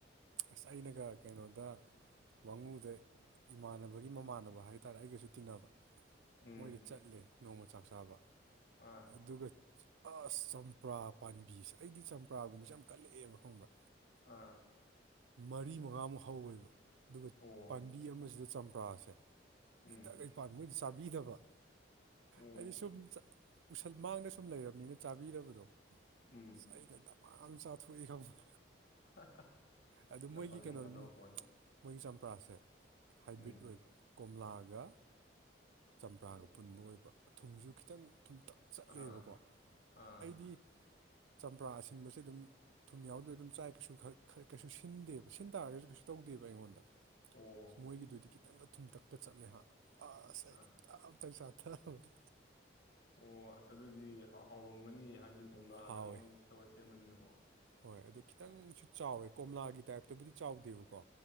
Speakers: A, on the right (about 80°); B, on the left (about 55°).
A: ꯑꯁ ꯑꯩꯅꯒ ꯀꯩꯅꯣꯗ ꯋꯥꯡꯉꯨꯗ ꯏꯃꯥꯟꯅꯕꯒꯤ ꯃꯃꯥꯟꯅꯕ ꯍꯥꯏꯇꯥꯔꯦ ꯑꯩꯒꯁꯨ ꯇꯤꯟꯅꯕ
B: ꯎꯝ
A: ꯃꯣꯏꯗ ꯆꯠꯂꯦ ꯅꯣꯡꯃ ꯆꯥꯛ ꯆꯥꯕ
B: ꯑꯥ
A: ꯑꯗꯨꯒ ꯑꯁ ꯆꯝꯄ꯭ꯔꯥ ꯄꯥꯝꯕꯤꯁꯦ ꯑꯩꯗꯤ ꯆꯝꯄ꯭ꯔꯥꯒꯨꯝꯕꯁꯦ ꯌꯥꯝ ꯀꯜꯂꯛꯑꯦꯕ ꯈꯪꯕ꯭ꯔꯥ
B: ꯑ
A: ꯃꯔꯤ ꯃꯉꯥꯃꯨꯛ ꯍꯧꯏꯕ ꯑꯗꯨꯒ
B: ꯑꯣ
A: ꯄꯥꯝꯕꯤ ꯑꯃꯁꯤꯗ ꯆꯝꯄ꯭ꯔꯥꯁꯦ
B: ꯎꯝ
A: ꯍꯦꯛꯇ ꯄꯥꯟꯕ ꯃꯣꯏꯗꯤ ꯆꯥꯕꯤꯗꯕ
B: ꯑꯣ
A: ꯍꯥꯏꯗꯤ ꯁꯨꯝ ꯎꯁꯜ ꯃꯥꯡꯗ ꯁꯨꯝ ꯂꯩꯔꯕꯅꯤꯅ ꯆꯥꯕꯤꯗꯕꯗꯣ
B: ꯎꯝ
A: ꯑꯁ ꯑꯩꯅ ꯃꯌꯥꯝ ꯆꯥꯊꯣꯛꯏ ꯈꯕꯔ꯭
B: <inaudible>
A: ꯑꯗꯨ
B: ꯑꯁ
A: ꯃꯣꯏꯒꯤ
B: ꯆꯝꯐꯔꯁꯨ
A: ꯀꯩꯅꯣ
B: ꯌꯥꯝ ꯀꯥꯟꯅꯕ ꯄꯣꯠꯅꯤ
A: ꯃꯣꯏꯒꯤ ꯆꯝꯄ꯭ꯔꯥꯁꯦ ꯍꯥꯏꯕ꯭ꯔꯤꯠ
B: ꯎꯝ
A: ꯑꯣꯏꯕ ꯀꯣꯝꯂꯥꯒ ꯆꯝꯄ꯭ꯔꯥꯒ
B: ꯑꯣ
A: ꯄꯨꯟꯕ ꯑꯣꯏꯕ ꯊꯨꯝꯁꯨ ꯈꯤꯇꯪ ꯊꯨꯝꯇꯛ ꯆꯠꯂꯦꯕꯀꯣ
B: ꯑꯥ ꯑꯥ
A: ꯑꯩꯗꯤ ꯆꯝꯄ꯭ꯔꯥ ꯑꯁꯤꯟꯕꯁ ꯑꯗꯨꯝ ꯊꯨꯝ ꯌꯥꯎꯗꯣꯏ ꯑꯗꯨꯝ ꯆꯥꯏ ꯀꯩꯁꯨ ꯈꯔ ꯈꯔ ꯀꯩꯁꯨ ꯁꯤꯟꯗꯦꯕ ꯁꯤꯟ ꯇꯥꯔꯒꯁꯨ ꯀꯩꯁꯨ ꯇꯧꯗꯦꯕ ꯑꯩꯉꯣꯟꯗ
B: ꯑꯣ
A: ꯃꯣꯏꯒꯤꯗꯨꯗꯤ ꯇ ꯈꯤꯇꯪꯒ ꯊꯨꯝꯇꯛꯀ ꯆꯠꯂꯦ ꯍꯥ ꯑꯁ
B: ꯑꯥ
A: ꯑꯩ ꯇ ꯑꯇ ꯆꯥꯊꯔꯕꯅꯦ
B: ꯑꯣ ꯑꯁ ꯑꯗꯨꯗꯤ ꯍꯧꯔꯝꯒꯅꯤ ꯍꯥꯏꯗꯤ ꯀꯣꯝꯂꯥ
A: ꯍꯥꯎꯋꯦ
B: ꯀꯩꯅꯣ ꯃꯤꯛꯁ ꯇꯧꯔ ꯁꯦꯝꯃꯅꯤꯅꯀꯣ
A: ꯍꯣꯏ ꯑꯗꯨꯣ ꯈꯤꯇꯪꯁꯨ ꯆꯥꯎꯋꯦ ꯀꯣꯝꯂꯥꯒꯤ ꯇꯥꯏꯞꯇꯕꯨꯗꯤ ꯆꯥꯎꯗꯦꯕꯀꯣ